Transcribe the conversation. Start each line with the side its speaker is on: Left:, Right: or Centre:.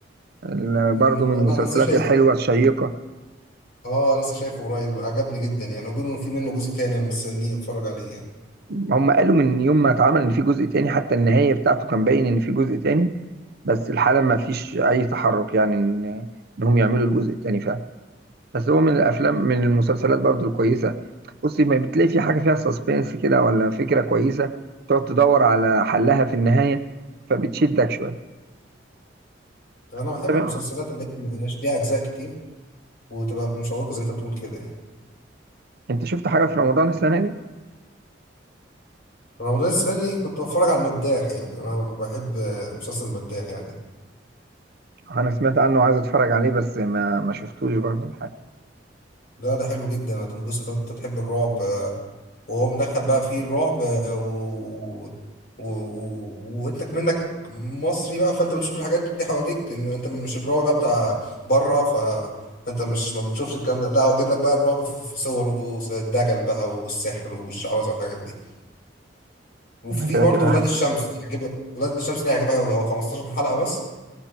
Right: ال- برضه
Left: مو
Right: من المسلسلات
Left: انا لسه <laughs> شايف
Right: الحلوة الشيقة
Left: اه لسه شايفه قريب عجبني جدا يعني وبيقولوا ان في منه جزء تاني انا مستنيه اتفرج عليه يعني
Right: هم قالوا من يوم ما اتعمل ان في جزء تاني حتى النهاية بتاعته كان باين ان في جزء تاني بس الحالة ما فيش اي تحرك يعني ان انهم يعملوا الجزء التاني فعلا بس هو من الافلام من المسلسلات برضو الكويسه بصي ما بتلاقي في حاجه فيها سسبنس كده ولا فكره كويسه تقعد تدور على حلها في النهايه فبتشدك شويه
Left: انا بحب
Right: انت بقى
Left: المسلسلات اللي هي مبقاش ليها اجزاء كتير وتبقى مشوقه زي انت بتقول كده يعني
Right: انت شفت حاجه في رمضان السنه دي
Left: رمضان السنه دي كنت بتفرج على المداح يعني انا بحب مسلسل المداح يعني
Right: انا سمعت عنه وعايز اتفرج عليه بس ما ما شفتوش برضو الحاجه
Left: لا ده حلو جدا هتنبسط انت تحب الرعب آه، وهو مدخل بقى فيه الرعب آه، و... و... و... وانت منك مصري بقى فانت بتشوف الحاجات دي حواليك م- انت مش الرعب بقى بتاع بره ف... فانت مش ما بتشوفش الكلام ده لا هو جايب لك بقى الرعب في في صوره الدجل بقى والسحر والشعوذه والحاجات دي وفي
Right: انا كده
Left: برضه
Right: كده
Left: ولاد الشمس هيعجبك ولاد الشمس ده هيعجبك قوي هو 15 حلقه بس